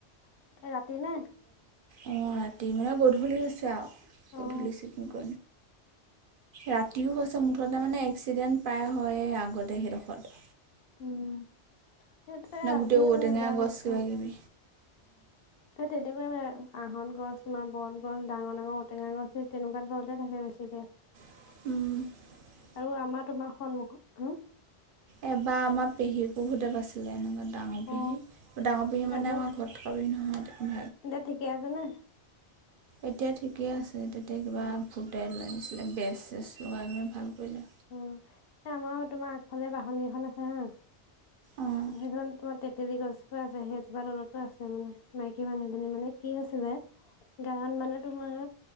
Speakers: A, on the left; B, on the right.
A: ৰাতি নে
B: অ ৰাতি মানে গধূলি হৈছে আৰু
A: অ
B: গধূলি চিকমিক ৰাতিও হৈছে মুঠতে মানে এক্সিডেণ্ট প্ৰায় হয় আগতে সেইডোখৰত
A: উম সেইটোৱে
B: ন
A: আছে
B: গোটেই ঔটেঙা
A: মানে বেয়া
B: গছ
A: বস্তু
B: কিবা কিবি
A: এ তেনেকোৱা আহত গছ তোমাৰ বত গছ ডাঙৰ ডাঙৰ ঔটেঙা গছ সেই তেনেকোৱা তলতে থাকে ছিলে
B: <unintelligible>
A: আৰু আমাৰ তোমাৰ সন্মুখত
B: এবাৰ আমাৰ পেহী বৌহেত ঘৰত আছিলে এনেকোৱা ডাঙৰ পেহী
A: অ
B: ডাঙৰ পেহী
A: তাৰপিছত
B: মানে আমাৰ ঘৰত থকাহি নহয় ভাগ
A: এতিয়া ঠিকে আছে নে
B: এতিয়া ঠিকে আছে তেতিয়া কিবা
A: উম
B: ফুটেলছিলে বেচ চেচ লগাই ভাল কৰিলে
A: উম এ আমাৰো তোমাৰ আগফালে বাহনি এখন আছে হা
B: অঁ
A: সেইখন তোমাৰ তেতেলী গছজোপা আছে সেইজোপাৰ তলতো আছে মানে মাইকী মানুহ এজনী মানে কি আছিলে গাঁৱত মানে তোমাৰ